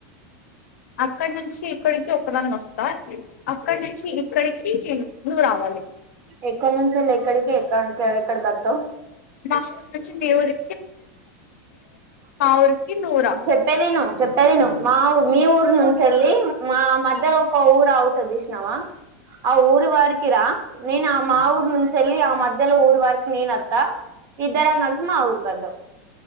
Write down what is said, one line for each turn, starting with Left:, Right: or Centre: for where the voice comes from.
Left: అక్కడ్నుంచి ఇక్కడికి ఒకదాన్నొస్తా, అక్కడ్ నుంచి ఇక్కడికి నువ్వు రావాలి.
Right: ఎక్కనుంచి లెక్కడకి ఎక్క కెకడి ఎత్తవ్
Left: మా ఊరు నుంచి, మీ ఊరి ఊరికి నువ్వురా
Right: చెప్పేదిను చెప్పేదిను మావ్, మీ ఊరు నుంచి ఎళ్ళి మా మధ్యలో ఒక ఊరు ఆవుతది చూస్నవా, ఆ ఊరు వరికి రా నేనా మా ఊరు నుంచి ఎళ్ళి, ఆ మధ్యలో ఊరు వరకు నేనత్తా ఇద్దరం కలిసి మా ఊర్ కద్దం